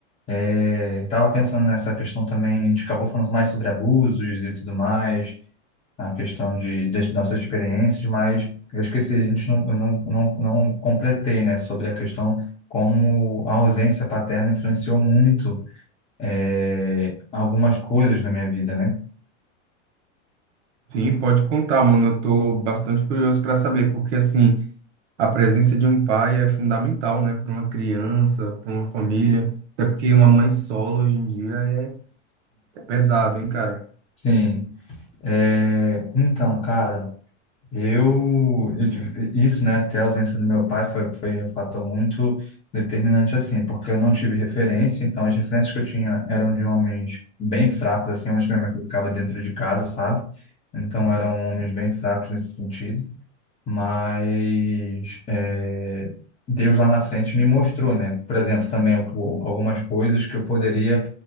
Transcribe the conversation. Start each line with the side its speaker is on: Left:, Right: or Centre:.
Left: Eh, Eu tava pensando nessa questão também, a gente acabou falando mais sobre abusos e tudo mais, a questão de, das nossas experiências, mas eu esqueci, a gente não, eu não, não, não completei, né, sobre a questão como a ausência paterna influenciou muito eh, algumas coisas na minha vida, né?
Right: Sim, pode contar, mano. Eu tô bastante curioso para saber, porque assim, a presença de um pai é fundamental, né, para uma criança, para uma família, até porque uma mãe solo hoje em dia é é pesado, hein, cara?
Left: Sim. Eh, então, cara. Eu, eu tive- isso, né, até a ausência do meu pai foi, foi um fator muito determinante, assim, porque eu não tive referência, então as referências que eu tinha eram de homens bem fracos, assim, homens que minha mãe colocava dentro de casa, sabe? Então eram homens bem fracos nesse sentido, mas é, Deus lá na frente me mostrou, né? Por exemplo, também o- algumas coisas que eu poderia